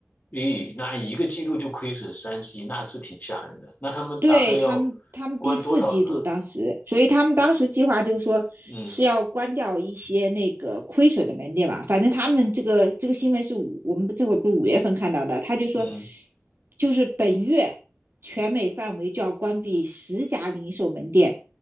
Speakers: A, on the left; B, on the right.
A: 咦，那一个季度就亏损三十亿，那是挺吓人的。那他们打算要
B: 对他们，他们第四季度当时，
A: 关多少呢？
B: 所以他们当时计划就是说是要关掉一些那个亏损的门店吧。
A: 嗯
B: 反正他们这个这个新闻是五，我们这会儿不是五月份看到的，他就说
A: 嗯，
B: 就是本月全美范围就要关闭十家零售门店。